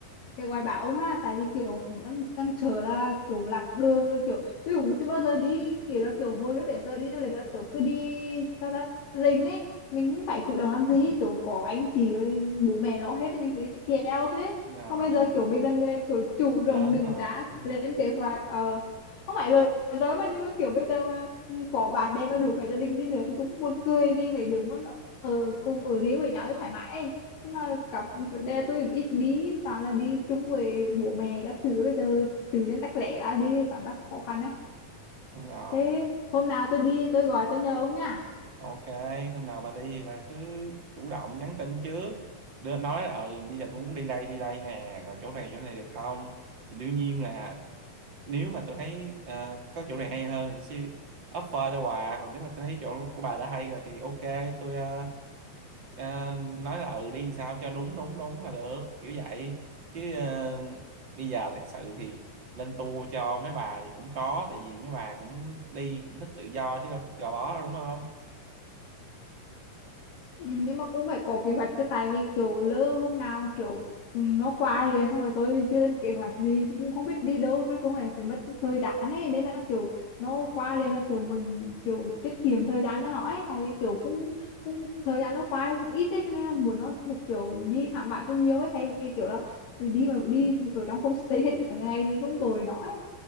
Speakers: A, on the left; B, on the right.
A: sẽ gọi bảo ông ha tại vì kiểu đang đang chờ là kiểu lạc đường rồi kiểu tôi cũng chưa bao giờ đi kiểu là kiểu hồi lúc đến giờ đi du lịch là kiểu cứ đi theo gia đình ấy mình cũng phải chủ động làm gì kiểu có anh chị rồi bố mẹ lo hết thì mình cứ đi theo thôi ấy.
B: Đúng rồi
A: xong bây giờ kiểu mình là người kiểu chủ động
B: lớn
A: định
B: rồi
A: ra
B: đúng rồi
A: lên kế hoạch ờ không phải lời nói mà nhưng mà kiểu bây giờ mà có bạn bè mà rủ cả gia đình đi nữa thì cũng buồn cười đi mấy đứa muốn ở cùng ở riêng với nhau cho thoải mái ấy nhưng mà cặp vấn đề là tôi cũng ít đi toàn là đi chung với bố mẹ các thứ bây giờ tự nhiên tách lẻ ra đi cảm giác khó khăn ấy
B: đúng rồi
A: thế hôm nào tôi đi tôi gọi tôi nhờ ông nha
B: Ok, hôm nào bà đi thì bà cứ chủ động nhắn tin trước. Đưa nói là ừ bây giờ tôi muốn đi đây đi đây nè, rồi chỗ này chỗ này được không? Thì đương nhiên là nếu mà tôi thấy ờ, có chỗ này hay hơn thì tôi sẽ offer cho bà, còn nếu mà tôi thấy chỗ của bà đã hay rồi thì ok, tôi ờ, ờ, nói là ừ đi làm sao cho đúng đúng đúng là được, kiểu vậy. Chứ ờ, bây giờ thật sự thì lên tour cho mấy bà thì cũng khó tại vì mấy bà cũng đi cũng thích tự do chứ đâu thích gò bó đâu đúng không?
A: Ừ, nhưng mà cũng phải có kế hoạch chứ tại vì kiểu lỡ hôm nào mà kiểu nó qua liền xong rồi tôi chưa lên kế hoạch gì cũng không biết đi đâu mất cũng lại phải mất thời gian ấy nên là kiểu nó qua liền là kiểu mình kiểu tiết kiệm thời gian cho nó ấy tại vì kiểu cũng cũng thời gian nó qua thì cũng ít ấy cho nên là muốn nó được kiểu đi khám phá cho nhiều ấy thay vì kiểu là đi mà đi ở trong homestay hết cả ngày thì cũng tồi nó ấy